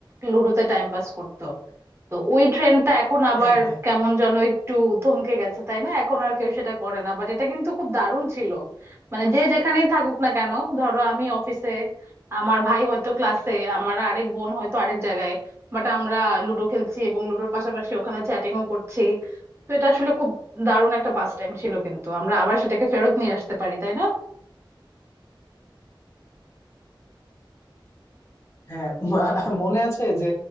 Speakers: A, on the right; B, on the left.
A: লুডোতে টাইম পাস করতো তো ওই ট্রেন্ডটা এখন আবার
B: হ্যাঁ হ্যাঁ
A: কেমন যেন একটু থমকে গেছে তাই না এখন আর কেউ সেটা করে না বাট এটা কিন্তু খুব দারুণ ছিল মানে যে যেখানেই থাকুক না কেন ধরো আমি অফিসে আমার ভাই হয়তো ক্লাসে আমার আরেক বোন হয়তো আরেক জায়গায় বাট আমরা লুডো খেলছি এবং লুডোর পাশাপাশি ওখানে চ্যাটিংও করছি তো এটা আসলে খুব দারুণ একটা পাস টাইম ছিল কিন্তু আমরা আবার সেটাকে ফেরত নিয়ে আসতে পারি তাই না
B: হ্যাঁ <laughs> ম- মনে আছে যে